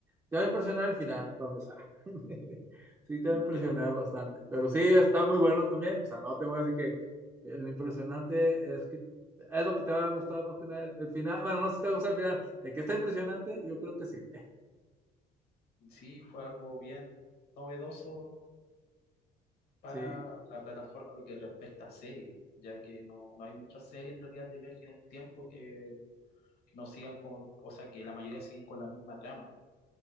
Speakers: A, on the right; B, on the left.
A: Te va a impresionar al final, para empezar. <laughs> Sí, te
B: Ya.
A: va a impresionar bastante. Pero sí, está muy bueno también. O sea, no te voy a decir que eh, lo impresionante es que es lo que te va a gustar más que nada el, el final. Bueno, no sé si te va a gustar el final. De que está impresionante, yo creo que sí.
B: Sí, fue algo bien novedoso para
A: <laughs> Sí,
B: la plataforma lo que respecta a series, ya que no, no hay muchas series en realidad de viaje en el tiempo que no sigan con, o sea, que la mayoría sigue con la misma trama.